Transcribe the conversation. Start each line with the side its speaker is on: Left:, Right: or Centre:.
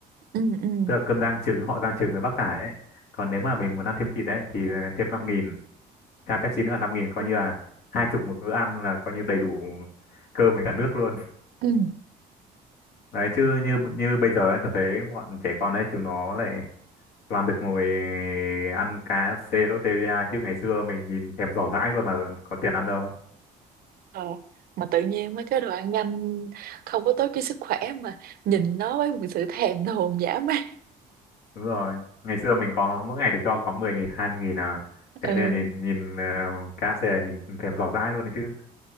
Right: ừ
Left: tức là cơm rang trứng họ rang trứng với bắp cải ấy còn nếu mà mình muốn ăn thêm thịt ấy thì thêm năm nghìn chai Pepsi nữa là 5 nghìn coi
Right: ừ
Left: như là hai chục một bữa ăn là coi như đầy đủ cơm với cả nước luôn
Right: ừ.
Left: đấy chứ như như bây giờ ấy, tớ thấy bọn trẻ con ấy chúng nó lại toàn được ngồi ờ, ăn cá KFC Lotteria chứ ngày xưa mình nhìn thèm giỏ dãi luôn mà có tiền ăn đâu
Right: Ờ, mà tự nhiên mấy cái đồ ăn nhanh không có tốt cho sức khỏe mà nhìn nó với một sự thèm thuồng dã man
Left: đúng rồi ngày xưa mình có mỗi ngày được cho có 10 nghìn 20 nghìn à thế
Right: ừ.
Left: nên nhìn nhìn ờ, KFC là nhìn thèm giỏ dãi luôn đấy chứ